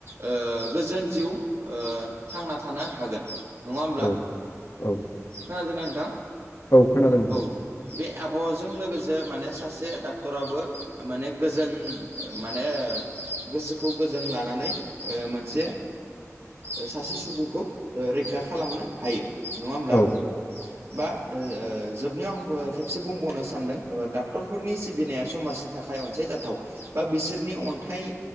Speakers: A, on the right; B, on the left.
A: ओ गोजोन जिउ ओ थांना थानो हागोन नङा होनब्ला!
B: औ औ औ
A: खोनादोंना नोंथां?
B: औ खोनादों नोंथां।
A: औ बे आबहावाजों लोगोसे माने सासे डाक्टराबो माने गोजोन ओ माने गोसोखौ गोजोन लानानै ओ मोनसे ओ सासे सुबुंखौ ओ रैखा खालामनो हायो नङा होमब्ला!
B: औ
A: बा ओ जोबनायाव आं खेबसे बुंबावनो सानदों डाक्टरफोरनि सिबिनाया समाज थाखाय अनसायजाथाव बा बिसोरनि अन थाय